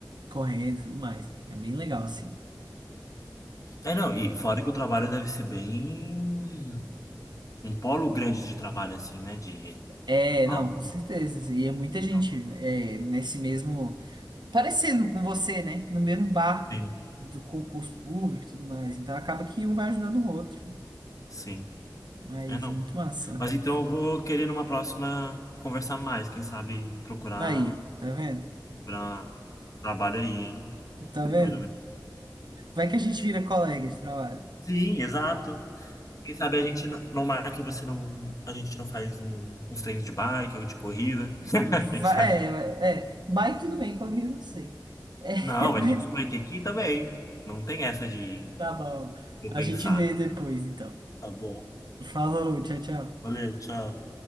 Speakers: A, on the right; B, on the left.
A: correndo e tudo mais. É bem legal, assim.
B: É, não, e fora que o trabalho deve ser bem. um polo grande de trabalho, assim, né? De
A: É,
B: alto.
A: não, com certeza. assim, E é muita
B: Então,
A: gente é, nesse mesmo. Parecendo com você, né? No mesmo barco
B: sim,
A: do concurso público e tudo mais. Então acaba que um vai ajudando o outro.
B: sim.
A: Mas
B: É, não.
A: muito massa.
B: Mas então eu vou querer numa próxima conversar mais, quem sabe procurar
A: Aí, tá vendo?
B: para trabalho aí, hein?
A: Tá vendo?
B: Depois do.
A: Vai que a gente vira colega de trabalho.
B: Sim, exato. Quem sabe a gente não não marca e você não. A gente não faz um- uns treinos de bike ou de corrida.
A: Vai,
B: <laughs> O que que você acha?
A: é, vai- é. Bike tudo bem, colega eu não sei. É, <laughs>
B: Não, vai
A: mas
B: ter que, vai ter que ir também. Não tem essa de
A: tá bom.
B: não
A: A
B: pensar.
A: gente vê depois, então.
B: Tá bom.
A: Falou, tchau, tchau.
B: Valeu, tchau.